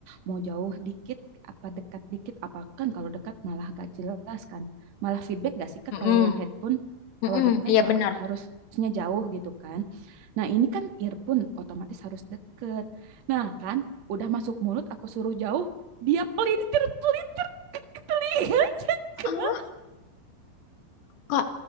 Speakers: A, on the right; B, on the left.
A: mau jauh dikit apa dekat dikit apa kan kalau dekat malah gak jelas kan malah feedback gak sih Kak
B: Mm-mm.
A: kalau headphone
B: Mm-mm.
A: kalau dekat
B: Iya
A: wah,
B: benar.
A: harusnya jauh gitu kan nah ini kan earphone otomatis harus deket nah kan udah masuk mulut aku suruh jauh dia pelintir pelintir aja <laughs>
B: Ah,
A: Kak.
B: Kak,